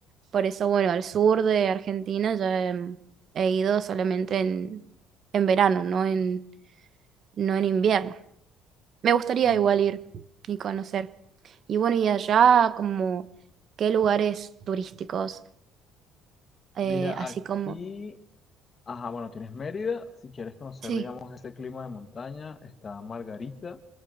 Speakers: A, on the right; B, on the left.
A: Por eso, bueno, al sur de Argentina ya em, he, ido solamente en, en verano, no en, no en invierno. Me gustaría
B: Ok.
A: igual ir y conocer. Y bueno, y allá como qué lugares turísticos, eh,
B: Mira,
A: así
B: aquí,
A: como
B: ajá, bueno, tienes Mérida, si quieres conocer,
A: Sí,
B: digamos, ese clima de montaña, está Margarita,